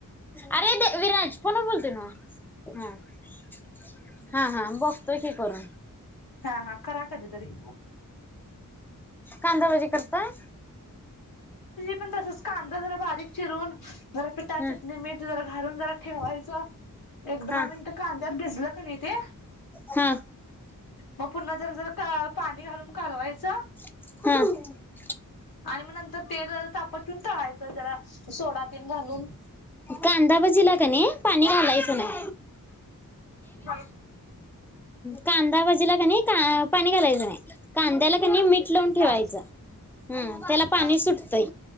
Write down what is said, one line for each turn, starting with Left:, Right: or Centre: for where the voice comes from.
Centre: अरे ते विराज फोन वर बोलतोय नव <unintelligible> हा हा बक्तोय की करून.
Left: हा हा करा कधीतरी
Centre: कांदाभजी करताय?
Left: बारीक तच कांदा जरा बारीक चिरून ज पिठा
Centre: हम्म,
Left: चटणी मीठ जरा घालून जरा ठेवायचं एक दहा
Centre: हा
Left: मिनट कांद्यात भिजल की नाही ते
Centre: हा
Left: मग पुन्हा त जर, जर पाणी घालून कालवायचं
Centre: हम्म.
Left: आणि म नंतर ते जरा तापटून तळायचं जरा सोडा तेन घालून
Centre: कांदा भजीला कणी पाणी घालायच नाही
Left: नाही
Centre: कांदाभजी ला कणी क <unintelligible> पाणी घालायच नाही कांद्याला कणी मीठ, लावून ठेवायच
Left: का
Centre: त्याला पाणी
Left: हा
Centre: सुट तय